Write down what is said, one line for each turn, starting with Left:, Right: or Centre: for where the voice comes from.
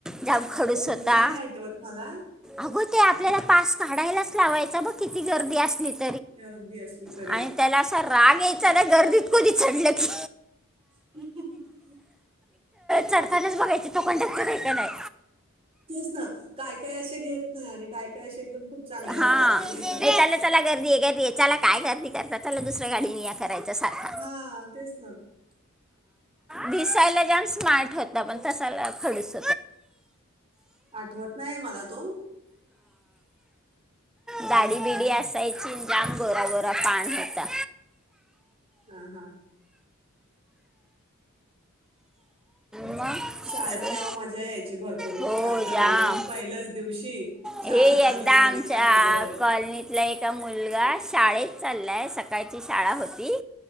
Centre: जाम खडूस
Right: तू
Centre: होता
Right: नाही आठवत मला,
Centre: अगो ते आपल्याला पास काढायलाच लावायचा बघ किती गर्दी असली तरी,
Right: गर्दी असली तरी
Centre: आणि त्याला असा राग यायचा ना गर्दीत कधी चडलं की,
Right: <inaudible>
Centre: चडखनेच बघायची तोकणत का नाही
Right: तेच ना काय काय असे घेत नाही आणि काय काय असे एकदम खूप चांगले असतात
Centre: हा
Right: ते घेतात
Centre: याच्याला त्याला गर्दी याच्याला काय गर्दी करतात त्याला दुसऱ्या गाडीने या करायच सारखा
Right: हा तेच ना
Centre: भिसायला जाण स्मार्ट होता पण तसाला खडस
Right: आठवत नाही मला तो
Centre: दाढीबिडी असायची लांब गोरागोरा पाण होता
Right: हम हम ह
Centre: मग
Right: शाळेत
Centre: अजून
Right: तेव्हा मजा यायची भरपूर
Centre: हो
Right: मस्त आपलं
Centre: जाम
Right: नवीन पहिल्याच दिवशी शाळा
Centre: हे एकदा
Right: चालू झाली
Centre: आमच्या
Right: का सगळं
Centre: कॉलनीतला ए मुलगा शाळेत चाललाय सकाळची शाळा होती